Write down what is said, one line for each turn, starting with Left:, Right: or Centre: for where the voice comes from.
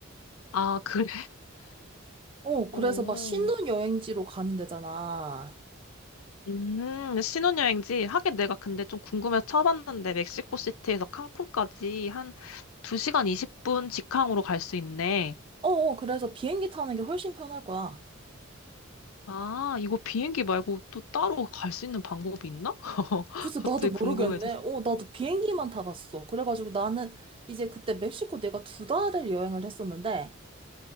Left: 아, <laughs> 그래.
Right: 어, 그래서
Left: 오.
Right: 막 신혼여행지로 가는 데잖아.
Left: 음, 신혼여행지. 하긴 내가 근데 좀 궁금해서 쳐봤는데 멕시코 시티에서 칸쿤까지 한 2시간 20분 직항으로 갈 수 있네.
Right: 어, 어, 그래서 비행기 타는 게 훨씬 편할 거야.
Left: 아, 이거 비행기 말고 또 따로 갈 수 있는 방법이 있나? <laughs>
Right: 그래서
Left: 갑자기
Right: 나도 모르겠네.
Left: 궁금해졌어.
Right: 어, 나도 비행기만 타봤어. 그래가지고 나는 이제 그때 멕시코 내가 두 달을 여행을 했었는데,